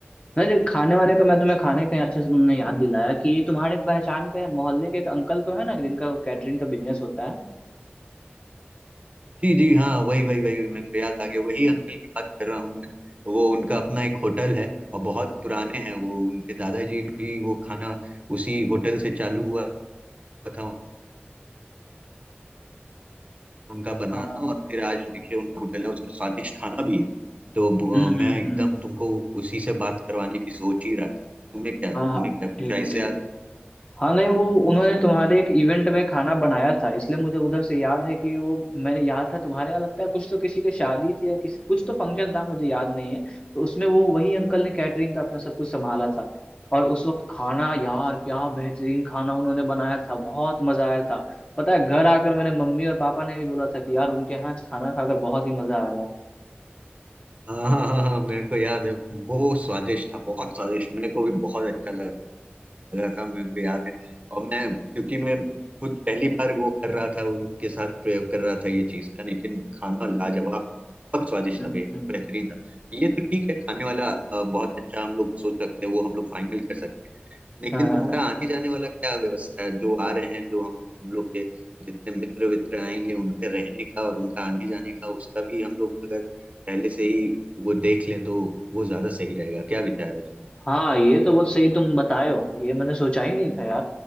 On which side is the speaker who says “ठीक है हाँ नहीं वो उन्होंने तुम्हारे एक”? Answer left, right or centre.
Left